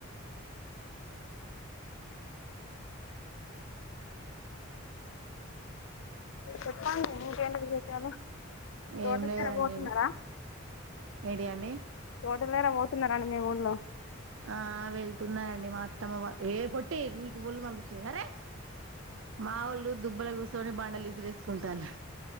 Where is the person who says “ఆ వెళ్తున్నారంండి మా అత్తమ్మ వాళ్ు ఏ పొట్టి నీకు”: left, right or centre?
Right